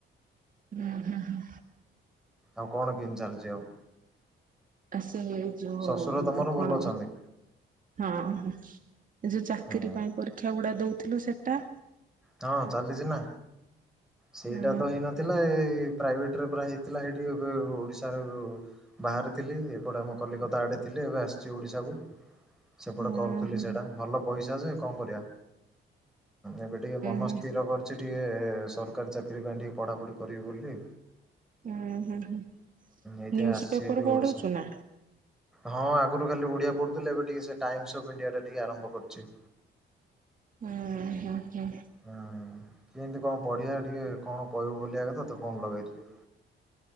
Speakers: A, on the right (about 45°); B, in the centre.
A: ହୁଁ ହୁଁ ହଁ।
B: ଆଉ କଣ କେମତି ଚାଲିଛି ଆଉ
A: ଆ ସେ ଯଉ
B: ଶ୍ୱଶୁର ତମର
A: କଣ
B: ଭଲ ଅଛନ୍ତି
A: ହଁ। ଏ ଯଉ ଚାକିରୀ
B: ହୁଁ
A: ପାଇଁ ପରୀକ୍ଷା ଗୁଡା ଦଉ ଥିଲୁ ସେଟା
B: ହଁ ଚାଲିଚି ନା। ସେଇଟା
A: ହୁଁ
B: ତ ହେଇ ନଥିଲା ଏ ପ୍ରାଇଭେଟରେ ପୁରା ହେଇଥିଲା ସେଇଠି ଏ ଓଡ଼ିଶାରୁ ବାହାରେ ଥିଲି ସେପଟେ ଆମ କଲିକତା ଆଡେ ଥିଲେ ଏବେ ଆସିଚି ଓଡ଼ିଶାକୁ। ସେପଟେ
A: ହୁଁ
B: କରୁଥିଲି
A: ହୁଁ ହୁଁ
B: ସେଇଟା ଭଲ ପଇସା ସେ କଣ କରିବା? ଟିକେ ମନ
A: ହୁଁ
B: ସ୍ଥିର
A: ହୁଁ
B: କରିଚି। ଟିକେ ସରକାରୀ ଚାକିରୀ ପାଇଁ ଟିକେ ପଢାପଢି କରିବି ବୋଲି।
A: ହଁ ହଁ ହୁଁ,
B: ଏଇଥିପାଇଁ
A: ନ୍ୟୁଜ
B: ଆସିଛି
A: ପେପର
B: ହେରି
A: ପଢୁଚୁ
B: ଓଡିଶା।
A: ନା?
B: ହଁ ଆଗରୁ ଖାଲି ଓଡିଆ ପଢୁଥିଲେ, ଏବେ ଟିକେ ସେ ଟାଇମସ ଅଫ ଇଣ୍ଡିଆ ଟା ଟିକେ ଆରମ୍ଭ କରିଚି।
A: ଉଁ ହୁଁ। ହୁଁ
B: ହୁଁ, କିମତି କଣ ପଢିଆ ଟିକେ କଣ କରିବୁ ବୋଲ ଭ ଆତ ଫୋନ୍ ଲଗେଇଥିଲି।